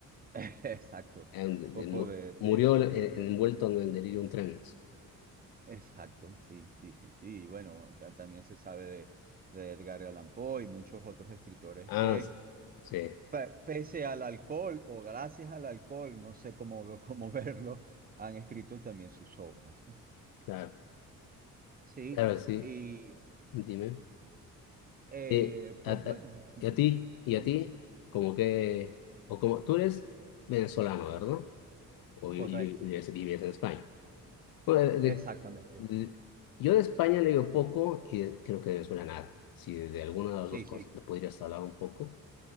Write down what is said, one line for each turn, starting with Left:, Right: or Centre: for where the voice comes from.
Right: <laughs> exacto,
Left: and-
Right: poco
Left: de- mu-
Right: de, de
Left: Murió
Right: eso.
Left: eh, envuelto en el delirium tremens.
Right: <laughs> Exacto, sí, sí, sí, sí. Bueno, ta- también se sabe de, de Edgar Allan Poe y muchos otros escritores
Left: Ah,
Right: que
Left: s- sí,
Right: pe- pese al alcohol o gracias al alcohol, no sé cómo, <laughs> cómo verlo, han escrito también sus obras, ¿no?
Left: claro,
Right: Sí,
Left: claro, sí,
Right: y
Left: dime.
Right: eh,
Left: Eh, a,
Right: pues
Left: a-
Right: bueno, ujú,
Left: ¿y a ti? ¿Y
Right: co-
Left: a ti? Como que, o como, tú eres venezolano, ¿verdad? O vi-
Right: correcto,
Left: vi- vives, vives en España. Bueno, de-
Right: exactamente.
Left: de- yo de España le digo poco y de- creo que de Venezuela nada. Si de, de alguna de las
Right: Sí,
Left: dos cosas
Right: sí,
Left: le podrías hablar un poco.